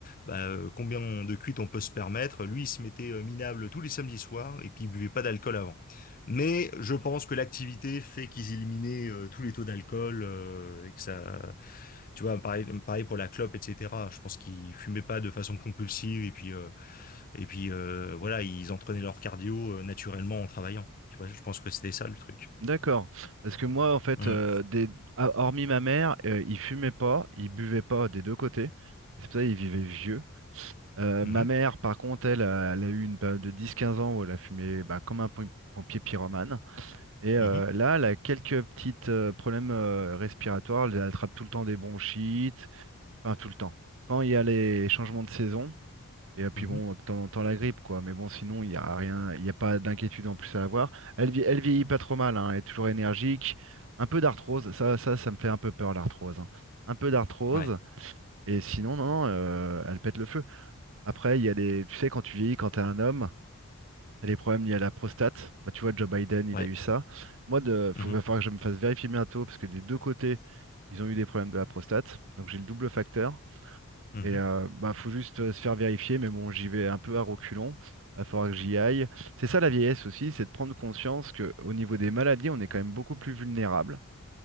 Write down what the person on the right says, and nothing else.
D'accord. Parce que moi, en fait,
euh, des- ah, hormis ma mère, euh, il fumait pas, il buvait pas des deux côtés. Et c'est pour ça qu'il vivait vieux. Euh,
ma mère, par contre, elle, a- elle a eu une période de dix quinze ans où elle a fumé bah, comme un pom- pompier pyromane. Et euh,
là, elle a quelques petits problèmes euh, respiratoires. Elle attrape tout le temps des bronchites. Enfin, tout le temps. Quand il y a les changements de saison. Et puis
bon, de temps en temps la grippe, quoi. Mais bon, sinon, il n'y a rien, il n'y a pas d'inquiétude en plus à avoir. Elle, vie- elle vieillit pas trop mal, hein. Elle est toujours énergique. Un peu d'arthrose, ça, ça, ça me fait un peu peur, l'arthrose. hein. Un peu d'arthrose.
Et sinon, non, non, euh, elle pète le feu. Après, il y a les. Tu sais, quand tu vieillis, quand t'es un homme. T'as les problèmes liés à la prostate. Bah, tu vois, Joe Biden, il
a eu ça. Moi, de, faut,
va falloir que je me fasse vérifier bientôt parce que des deux côtés, ils ont eu des problèmes de la prostate. Donc, j'ai le double facteur.
Et euh, bah, faut juste euh, se faire vérifier. Mais bon, j'y vais un peu à reculons. Va falloir que j'y aille. C'est ça la vieillesse aussi, c'est de prendre conscience que au niveau des maladies, on est quand même beaucoup plus vulnérable.